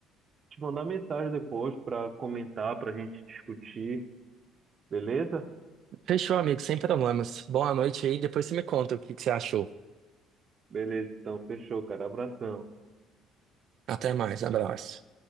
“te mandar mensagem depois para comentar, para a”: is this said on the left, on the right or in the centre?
Right